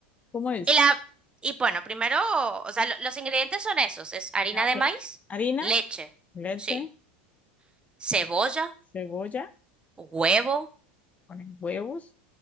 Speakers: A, on the left (about 25°); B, on the right (about 15°).
A: ¿Cómo es?
B: Y la, y bueno, primero, o sea, lo- los ingredientes son esos, es harina
A: Ah, ok.
B: de maíz,
A: Harina,
B: leche,
A: leche,
B: sí, cebolla,
A: cebolla,
B: huevo,
A: ponen huevos,